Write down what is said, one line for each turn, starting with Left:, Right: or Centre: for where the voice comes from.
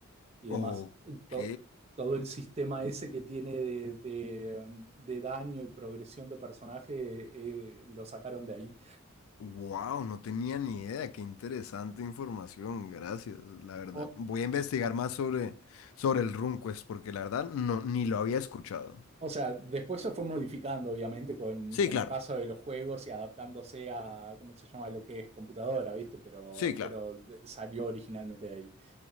Right: y
Left: ok,
Right: demás. To- todo el sistema ese que tiene de, de, um, de daño y progresión de personaje eh, lo sacaron de ahí.
Left: Wow, no tenía ni idea, qué interesante información, gracias, la verdad.
Right: O,
Left: Voy a investigar más sobre, sobre el RunQuest porque la verdad no, ni lo había escuchado.
Right: O sea, después se fue modificando, obviamente, con,
Left: Sí,
Right: con
Left: claro,
Right: el paso de los juegos y adaptándose a, ¿cómo se llama? Lo que es computadora, ¿viste? Pero,
Left: sí, claro.
Right: pero de- salió originalmente de ahí.